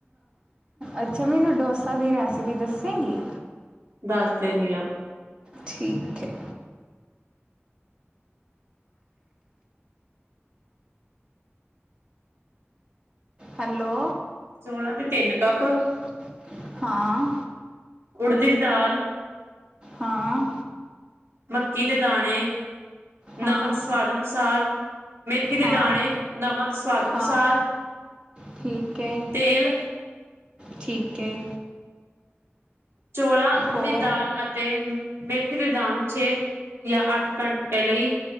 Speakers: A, on the right (about 20°); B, on the right (about 70°).
A: ਅੱਛਾ ਮੈਨੂੰ ਡੋਸਾ ਦੀ ਰੈਸਿਪੀ ਦੱਸੇਗੀ।
B: ਦੱਸ ਦਿੰਦੀ ਹਾਂ।
A: ਠੀਕ ਹੈ। ਹੈਲੋ।
B: ਚੋਲਾਂ ਦੇ ਤਿੰਨ ਕੱਪ।
A: ਅੱ। <unintelligible> ਹਾਂ।
B: ਉੜ ਦੀ ਦਾਲ।
A: ਹਾਂ।
B: ਮੱਕੀ ਦੇ ਦਾਣੇ, ਨਮਕ
A: ਹਾਂ
B: ਸਵਾਦ ਅਨੁਸਾਰ। ਮੇਥੀ ਦੇ
A: ਹਾਂ
B: ਦਾਣੇ, ਨਮਕ ਸਵਾਦ ਅਨੁਸਾਰ,
A: ਹਾਂ ਠੀਕ ਹੈ
B: ਤੇਲ।
A: ਠੀਕ ਹੈ।
B: ਚੋਲਾਂ, ਉੜਦੀ
A: ਹੋਰ
B: ਦਾਲ ਅਤੇ ਤੇ ਮੇਥੇ ਦੇ ਦਾਣੇ, ਛੇ ਜਾਂ ਅੱਠ ਘੰਟੇ ਲਈ।